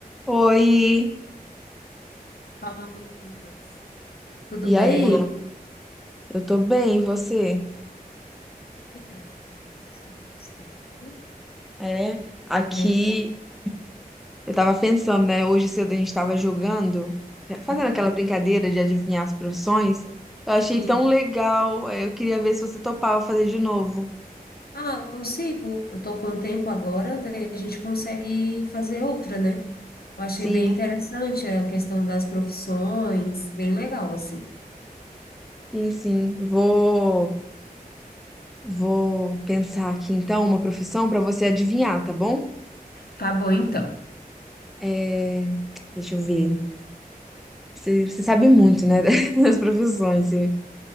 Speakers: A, in the centre; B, on the left.
A: Oi,
B: Falamos juntas. Tudo
A: e
B: bem?
A: aí? Eu tô bem, e você?
B: Tudo bem, graças a Deus, está tudo certo.
A: É, aqui
B: É,
A: eu tava pensando, né? Hoje cedo a gente tava jogando, fazendo
B: aham,
A: aquela brincadeira de adivinhar as profissões. Eu
B: Sim.
A: achei tão legal. é, Eu queria ver se você topava fazer de novo.
B: Ah, eu consigo. Eu tô com tempo agora, daí a gente consegue fazer outra, né? Eu achei
A: Sim,
B: bem interessante a questão das profissões, bem legal, assim.
A: sim, sim. Vou, vou pensar aqui então uma profissão pra você adivinhar, tá bom?
B: Tá bom, então.
A: É, deixa eu ver. Você, você sabe muito, né? <laughs> Das profissões. Você-